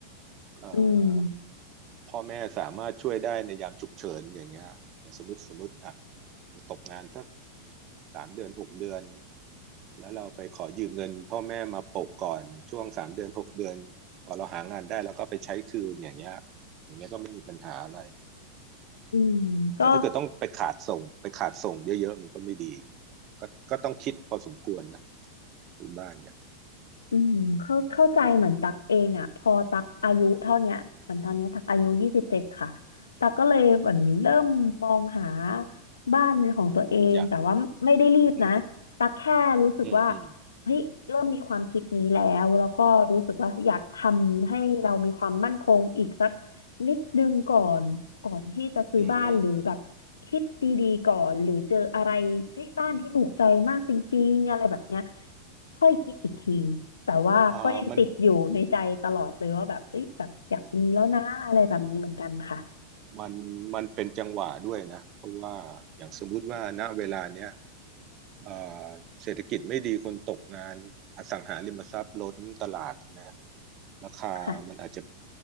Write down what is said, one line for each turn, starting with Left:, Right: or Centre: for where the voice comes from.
Right: เอ่อ
Left: อืม
Right: พ่อแม่สามารถช่วยได้ในยามฉุกเฉินอย่างเงี้ยอย่างสมมติสมมติอ่ะตกงานสักสามเดือนหกเดือนแล้วเราไปขอยืมเงินพ่อแม่มาโปะก่อนช่วงสามเดือนหกเดือนพอเราหางานได้แล้วก็ไปใช้คืนอย่างเงี้ยอย่างเงี้ยก็ไม่มีปัญหาอะไร
Left: อืมก็
Right: แต่ถ้าเกิดต้องไปขาดส่งไปขาดส่งเยอะๆมันก็ไม่ดีก็ก็ต้องคิดพอสมควรนะซื้อบ้านเนี่ย
Left: อืมเข้าเข้าใจเหมือนตักเองอ่ะพอตักอายุเท่าเนี้ยเหมือนตอนเนี้ยตักอายุยี่สิบเจ็ดค่ะตักก็เลยเหมือนเริ่มมองหาบ้านเป็นของตัวเองแต่ว่าไม่ได้รีบนะตักแค่รู้สึกว่า
Right: อยากอืมอืมอืม
Left: เฮ้ยเริ่มมีความคิดนี้แล้วแล้วก็รู้สึกว่าอยากทำให้เรามีความมั่นคงอีกสักนิดนึงก่อนก่อนที่จะซื้อบ้านหรือแบบคิดดีๆก่อนหรือเจออะไรเฮ้ยบ้านที่ถูกใจมากจริงๆอะไรแบบเนี้ย
Right: อืม
Left: ค่อยคิดอีกที แต่ว่าก็ยังติดอยู่ในใจตลอดเลยว่าแบบเอ้ยแบบอยากมีแล้วนะอะไรแบบนี้เหมือนกันค่ะ
Right: เอ่อมันมันมันเป็นจังหวะด้วยนะ เพราะว่าอย่างสมมุติว่าณเวลาเนี้ยเอ่อเศรษฐกิจไม่ดีคนตกงานอสังหาริมทรัพย์ล้นตลาดใช่ไหมราคามันอาจจะ
Left: ค่ะ